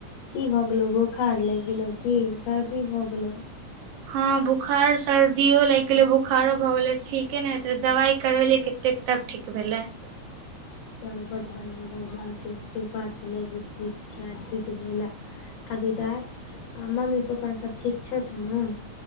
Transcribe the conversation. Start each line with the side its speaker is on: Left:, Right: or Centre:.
Left: की भऽ गेलौ बोखार लगि गेलो की सर्दी भऽ गेलो।
Right: हँ बुखार सर्दियो लागि गेलै, बुखारो भए गेले ठीके ने होेत रहे दवाई करबे एतेक तब ठीक भेलै।
Left: ह <inaudible> चल बड्ड बढ़िआँ भगवानके कृपा छलय जे ठीक छै, ठीक भेलय। आगे दाई मम्मी पप्पा सब ठीक छथुन,